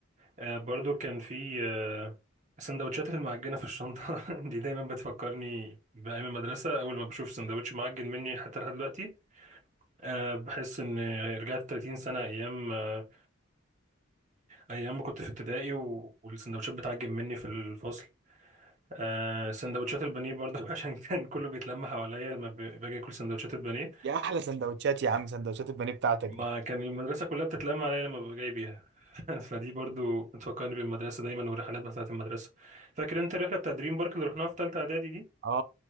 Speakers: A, on the right; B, on the right.
A: آه برضه كان في آه سندوتشات المعجنه في الشنطه <laughs> دي دايما بتفكرني بايام المدرسه اول ما بشوف سندوتش معجن مني حتى لحد دلوقتي آه بحس ان رجعت 30 سنه ايام آه ايام ما كنت في ابتدائي و- والسندوتشات بتعجن مني في الفصل آه سندوتشات البانيه برضه <laughs> عشان كان كله بيتلم حواليا لما ب- باجي اكل سندوتشات البانيه
B: يا احلى سندوتشات يا عم سندوتشات البانيه بتاعتك
A: ما
B: دي
A: كان المدرسه كلها بتتلم عليا لما ببقى جاي بيها <laughs> فدي برضو بتفكرني بالمدرسه دايما والرحلات بتاعه المدرسه فاكر انت الرحله بتاع دريم بارك اللي رحناها في ثالثه اعدادي دي
B: اه